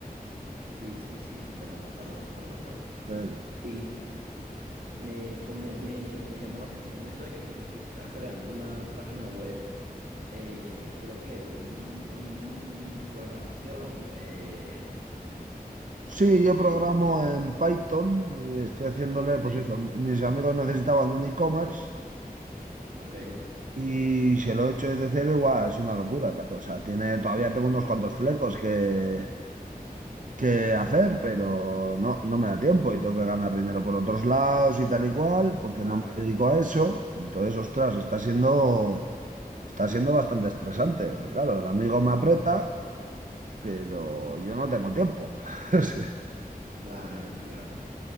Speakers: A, on the right (about 75°); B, on the right (about 55°).
A: Sí, sí, sí, súper agotado, súper agotado.
B: Eh,
A: Y, y me, come- me, me llamó la atención eso de que me dijiste que estabas creando una página web, eh, pero ¿qué? Un, un programación. Eh,
B: Sí, yo
A: eh,
B: programo en Python y estoy haciéndole,
A: ok,
B: pues eso, mis amigos necesitaban un e-commerce
A: ok.
B: Y si lo he hecho desde cero, igual es una locura, claro. O sea, tiene, todavía tengo unos cuantos flecos que, que hacer, pero no, no me da tiempo y tengo que ganar dinero por otros lados y tal y cual, porque
A: Claro,
B: no me dedico a eso. Entonces, ostras, está siendo, está siendo bastante estresante. porque, claro, el amigo me aprieta, pero yo no tengo tiempo. <laughs> Es que-
A: claro, claro.